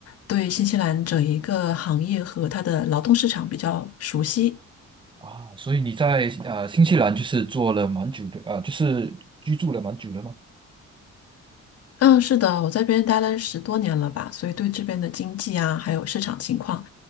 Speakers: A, on the left; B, on the right.
A: 对新西兰整一个行业和它的劳动市场比较熟悉。
B: 啊，所以你在呃新西兰就是做了蛮久的，啊，就是居住了蛮久了吗？
A: 嗯，是的，我在这边待了十多年了吧，所以对这边的经济啊，还有市场情况。